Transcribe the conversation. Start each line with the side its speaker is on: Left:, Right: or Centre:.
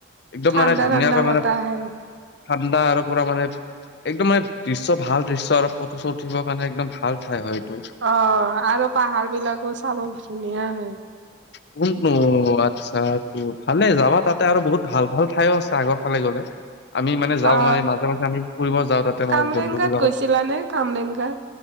Left: একদম
Right: ঠাণ্ডা
Left: মানে ধুনীয়াকৈ
Right: ঠাণ্ডা বতাহ
Left: মানে
Right: আহে
Left: ঠাণ্ডা আৰু পুৰা মানে একদম মানে দৃশ্য ভাল দৃশ্য আৰু ফটো চটো উঠিবৰ কাৰণে একদম ভাল ঠাই হয় এইটো।
Right: অ আৰু পাহাৰ বিলাকো চাব ধুনীয়া হয়
Left: কোনো আচ্ছা ত ভালে যাবা তাতে আৰু বহুত ভাল ভাল ঠাইও আছে আগৰ ফালে গলে আমি মানে যাওঁ
Right: অ
Left: মানে মাজে মাজে আমি ফুৰিব যাওঁ তাতে মোৰ
Right: কামৰেংগাত
Left: বন্ধুবিলাকত
Right: গৈছিলানে কামৰেংগা